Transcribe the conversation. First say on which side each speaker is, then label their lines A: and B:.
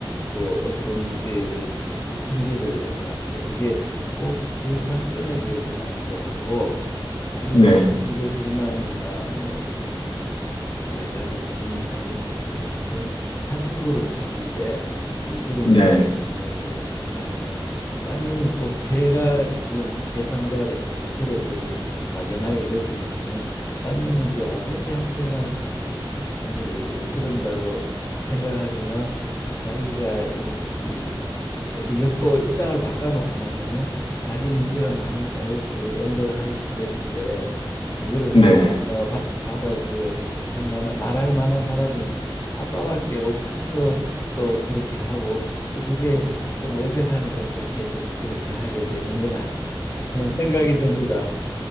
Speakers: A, on the left; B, on the left.
A: 뭐 어떤 거에 대해서 이제 성질을 내고 할 때 그게 꼭 그 사건에 대해서 나는 게 아니고 자기
B: 네,
A: 마음속에 불만이나 뭐 이렇게 뭐 여러 가지 고민이나 이런 것들이 한데 탈출구를 찾는데 예, 그런
B: 네,
A: 계획을 통해서 하고 하니까 따님이 꼭 제가 지금 제3자로서 이제 들어보고 막연하게 느끼는 거는 따님이 그 아버지한테만 이- 그 그런다고 생각하지만 자기가 이렇게 이- 어떤 역도 입장을 바꿔놓고 나면은 자기 문제가 많이 쌓여서 언더 하이 스트레스인데 그거를
B: 네.
A: 또 어, 바, 받아주고 이렇게 할 만한 말할 만한 사람이 아빠밖에 없어서 또 그렇게 하고 또 그게 좀 어색하니까 또 계속 그렇게 하게 되는 건 아닌가 하는 생각이 듭니다.